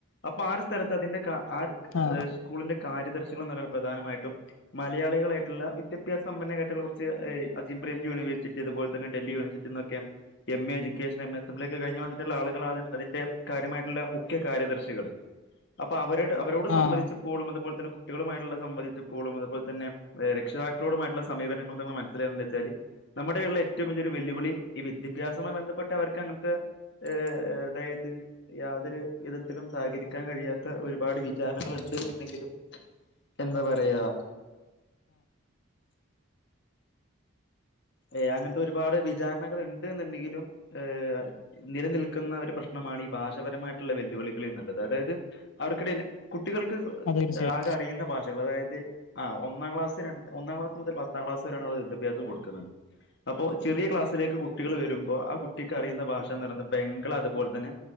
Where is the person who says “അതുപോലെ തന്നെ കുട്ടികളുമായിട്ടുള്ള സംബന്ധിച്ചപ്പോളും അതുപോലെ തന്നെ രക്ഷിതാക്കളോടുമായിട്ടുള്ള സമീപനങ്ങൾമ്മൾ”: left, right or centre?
Left